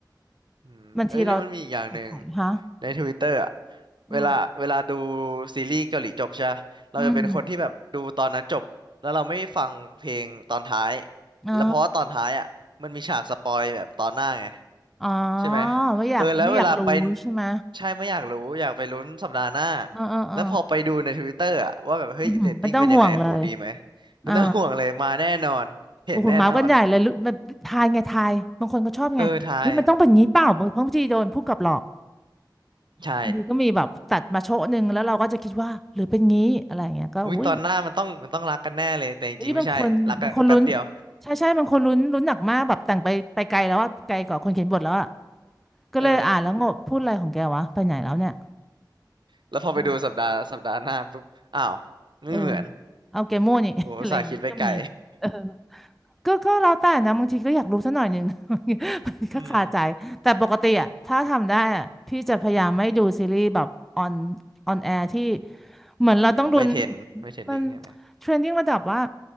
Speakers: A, on the right; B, in the centre.
A: อืมเอ้ยแล้วมันมีอีกอย่างหนึ่ง
B: บางทีเราถอยๆฮะ
A: ในทวิตเตอร์อะ
B: อืม
A: เวลาเวลาดูซีรีส์เกาหลีจบใช่ปะเราจะเป็นคนที่แบบดูตอนนั้นจบแล้วเราไม่ฟังเพลงตอนท้าย
B: อืมอ๋อ
A: แล้วเพราะว่าตอนท้ายอ่ะมันมีฉากสปอยแบบตอนหน้าไง
B: อ๋อ
A: ใช่ไหม
B: ไม่อยากไม่อยากรู้ใช่ไหม
A: เออแล้วเวลาไปใช่ไม่อยากรู้อยากไปลุ้นสัปดาห์หน้า
B: เออเออเออ
A: แล้วพอไปดูในทวิตเตอร์อ่ะว่าแบบเฮ้ยเรตติ้งเป็นยังไงโหดีไหม
B: อือหือไม่ต้องห่วงเลย
A: ไม่ต้องห่วงเลยมาแน่นอนเห็นแน่นอน
B: อ่าโอ้โหเมาส์กันใหญ่เลยรู้มันทายไงทายบางคนก็ชอบไงนี่มันต้องเป็นงี้เปล่าบางบางทีโดนผู้กำกับหลอก
A: เออทายใช่
B: บางทีก็มีแบบตัดมาโชะหนึ่งแล้วเราก็จะคิดว่าหรือเป็นงี้อะไรเงี้ยก็อุ้ย
A: อุ้ยตอนหน้ามันต้องมันต้องรักกันแน่เลยแต่จริงๆไม่ใช่รักกันแป๊บเดียว
B: อุ้ยบางคนบางคนลุ้นใช่ใช่บางคนลุ้นลุ้นหนักมากแบบแต่งไปไปไกลแล้วว่าไกลกว่าคนเขียนบทแล้วอะก็เลยอ่านแล้วงงพูดอะไรของแกวะไปไหนแล้วเนี่ย
A: เออ แล้วพอไปดูสัปดาห์สัปดาห์หน้าปุ๊บ
B: เออ
A: อ้าว ไม่เหมือน
B: เออเอาแกโม่นี่ <laughs>
A: โหอุตส่าห์คิดไปไกล
B: อะไรอย่างงี้ก็มีเออ ก็ก็แล้วแต่นะบางทีก็อยากรู้สักหน่อยหนึ่ง <laughs>
A: <laughs>
B: มันก็คาใจแต่ปกติอะถ้าทำได้อะพี่จะพยายามไม่ดูซีรีส์แบบออน
A: อืม
B: ออนแอร์ที่เหมือนเราต้องลุ้น
A: อ๋อไม่เทรนไม่เทรนดิ้งใช่ไหม
B: มันเทรนดิ้งระดับว่า